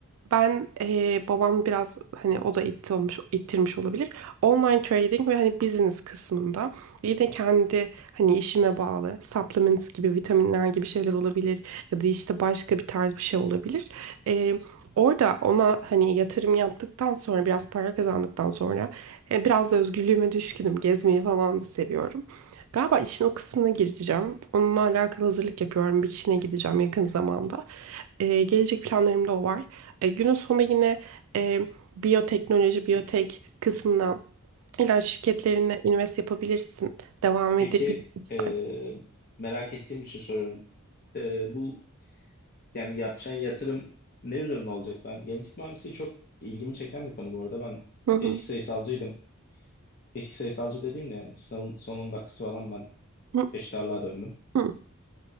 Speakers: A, on the right (about 75°); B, on the left (about 45°).
A: Ben eee, babam biraz hani o da itti olmuş, ittirmiş olabilir. Online trading ve hani business kısmında yine kendi hani işime bağlı supplements gibi vitaminler gibi şeyler olabilir ya da işte başka bir tarz bir şey olabilir. Eee, orada ona hani yatırım yaptıktan sonra biraz para kazandıktan sonra e, biraz da özgürlüğüme düşkünüm. Gezmeyi falan da seviyorum. Galiba işin o kısmına gireceğim. Onunla alakalı hazırlık yapıyorum. Bir Çin'e gideceğim yakın zamanda. Ee, gelecek planlarımda o var. Ee, günün sonunda yine e, biyoteknoloji, biyotek kısmına ilaç şirketlerine invest yapabilirsin. Devam
B: Peki
A: edebilirsin.
B: ee, merak ettiğim için soruyorum. Ee, bu Yani yapacağın yatırım ne üzerine olacak? Ben genetik mühendisliği çok ilgimi çeken bir konu bu arada. Ben
A: Hı hı.
B: eski sayısalcıydım. Eski sayısalcı dediğimde yani sınavın son 10 dakikası falan ben
A: Hı
B: eşit döndüm.
A: hı.